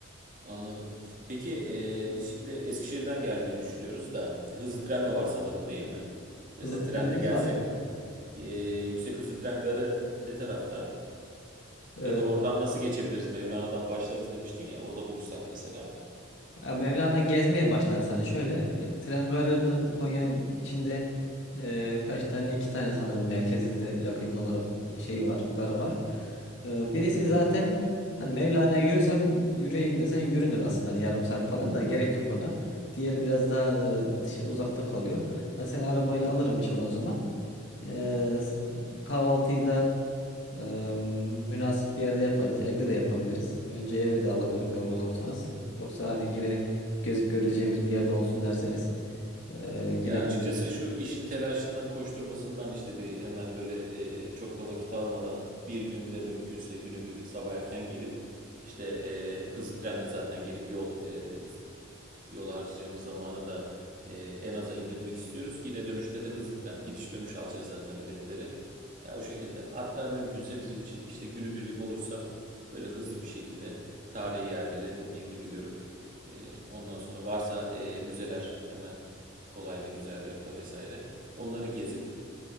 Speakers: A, on the right; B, on the left.
A: Anladım. Peki e, biz şimdi Eskişehir'den gelmeyi düşünüyoruz da hızlı tren de var sanırım değil mi? Mesela
B: Hızlı trenimiz
A: trende gelsek
B: var.
A: e, yüksek hızlı tren garı ne tarafta?
B: Ee,
A: Ya da oradan nasıl geçebiliriz? Mevlana'dan başlarız demiştin ya orada buluşsak mesela.
B: Ya Mevlana gezmeye başlar sana şöyle. e, Tren garının Konya içinde e, kaç tane iki tane sanırım merkezinde yakın olarak şey var garı var. E,
A: Hmm,
B: birisi zaten hani Mevlana'ya yürüsem yürüyeyim desen yürünür aslında hani yarım saat falan da gerek yok ona. Diğeri biraz daha e, dışı, uzakta kalıyor. Ben seni arabayla
A: anladım.
B: alırım inşallah o zaman. E, s- kahvaltıyı da Eee, münasip bir yerde yaparız. Evde de yapabiliriz. Önce eve de alabilirim yorgun olursanız. Yoksa hani yine gezip göreceğimiz bir yerde olsun derseniz eee,
A: Ya
B: yine
A: açıkçası
B: böyle.
A: şu işin telaşından, koşturmasından işte bir hemen böyle e, çok da vakit almadan bir günde mümkünse günübirlik sabah erken gelip işte e, hızlı trenle zaten gelip yol e, yol harcayacağımız zamanı da e, en aza indirmek istiyoruz. Yine dönüşte de hızlı tren, gidiş dönüş alacağız zaten biletleri. Ya o şekilde. Hatta mümkünse bizim için işte günübirlik olursa böyle hızlı bir şekilde tarihi yerlere dediğin gibi görüp e, ondan sonra varsa e, müzeler hemen kolayda güzergahta vesaire onları gezip